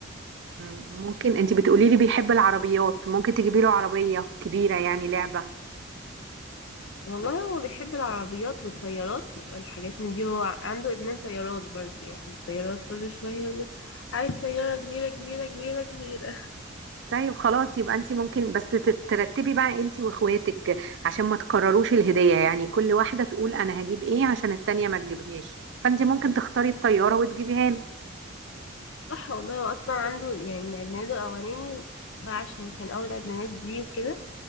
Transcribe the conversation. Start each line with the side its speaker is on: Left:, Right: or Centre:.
Right: مم، ممكن انت بتقولي لي بيحب العربيات ممكن تجيبي له عربيه كبيره يعني لعبه
Left: والله هو بيحب العربيات والطيارات والحاجات من دي هو عنده إدمان طيارات برضه يعني الطيارات كل شوية يقول لي عايز طيارة كبيرة كبيرة كبيرة كبيرة
Right: طيب خلاص يبقى انت ممكن بس تت- ترتبي بقى انت واخواتك عشان ما تكرروش الهديه يعني كل واحده تقول انا هجيب ايه عشان التانيه ما تجيبهاش فانت ممكن تختاري الطياره وتجيبيها له
Left: صح والله هو أصلا عنده يعني من إدمانه الأولاني بقى عشان كان أول إدمانات ليه وكده